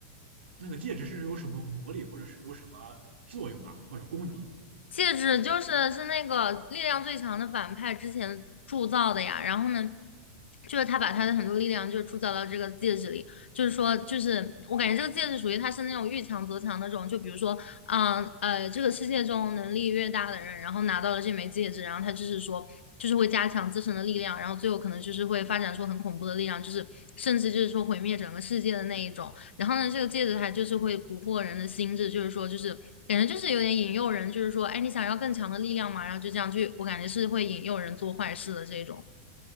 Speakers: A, on the right; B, on the left.
A: 那个戒指是有什么魔力，或者是有什么作用啊，或者功能？
B: 戒指就是是那个力量最强的反派之前铸造的呀，然后呢，就是他把他的很多力量就铸造到这个戒指里，就是说，就是我感觉这个戒指属于他是那种遇强则强那种，就比如说，嗯呃，这个世界中能力越大的人，然后拿到了这枚戒指，然后他就是说，就是会加强自身的力量，然后最后可能就是会发展出很恐怖的力量，就是甚至就是说毁灭整个世界的那一种。然后呢，这个戒指它就是会蛊惑人的心智，就是说，就是感觉就是有点引诱人，就是说，哎，你想要更强的力量嘛，然后就这样去，我感觉是会引诱人做坏事的这种。